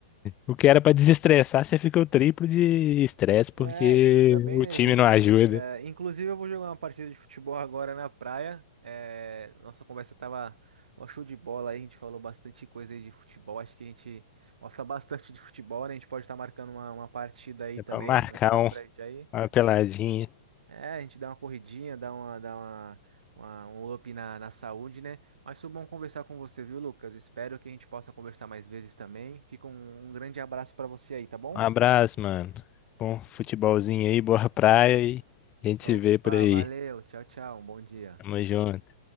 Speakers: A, on the left (about 25°); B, on the right (about 85°).
A: o que era pra desestressar, você fica o triplo de estresse porque
B: É, você fica bem
A: o
B: nervoso.
A: time não ajuda.
B: É, inclusive, eu vou jogar uma partida de futebol agora na praia. É, nossa conversa tava um show de bola aí, a gente falou bastante coisa aí de futebol. Acho que a gente gosta bastante de futebol, né? A gente pode estar marcando uma, uma partida aí
A: É
B: também,
A: pra marcar
B: mais pra
A: um-
B: frente aí.
A: uma peladinha.
B: É, a gente dá uma corridinha, dá uma, dá uma, uma- um up na, na saúde, né? Mas foi bom conversar com você, viu, Lucas? Espero que a gente possa conversar mais vezes também. Fica um, um grande abraço pra você aí, tá bom?
A: Um abraço, mano. Bom futebolzinho aí, boa praia e a gente
B: Opa,
A: se vê por aí.
B: valeu, tchau, tchau, um bom dia.
A: Tamo junto.